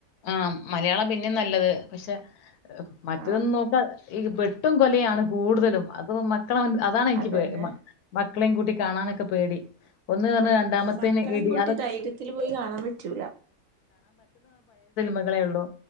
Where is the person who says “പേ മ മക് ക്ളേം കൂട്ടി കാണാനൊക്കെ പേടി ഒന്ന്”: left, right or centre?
Left